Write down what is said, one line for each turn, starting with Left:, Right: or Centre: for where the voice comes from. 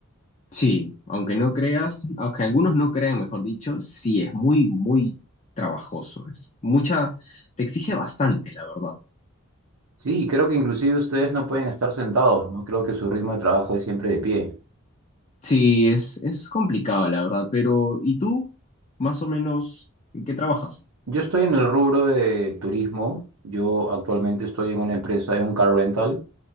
Left: Sí, aunque no creas, aunque algunos no crean, mejor dicho, sí, es muy, muy trabajoso. Es mucha, te exige bastante, la verdad.
Right: Sí, creo que inclusive ustedes no pueden estar sentados, ¿no? Creo que su ritmo de trabajo es siempre de pie.
Left: Sí, es, es complicado, la verdad, pero ¿y tú? Más o menos, ¿en qué trabajas?
Right: Yo estoy en el rubro de turismo. Yo actualmente estoy en una empresa, en un car rental,